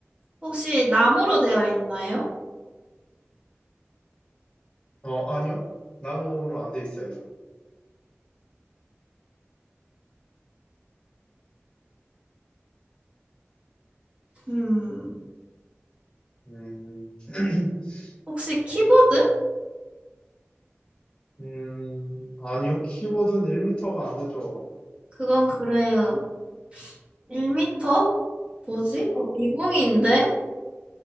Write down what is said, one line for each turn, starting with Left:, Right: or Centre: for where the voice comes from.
Right: 혹시 나무로 되어 있나요?
Left: 어, 아니요. 나무로 안 돼 있어요.
Right: 음,
Left: 음, <clears throat>
Right: 혹시 키보드?
Left: 음, 아니요. 키보드는 1미터가 안 되죠.
Right: 그건 그래요. 1미터? 뭐지? 어, 미궁인데?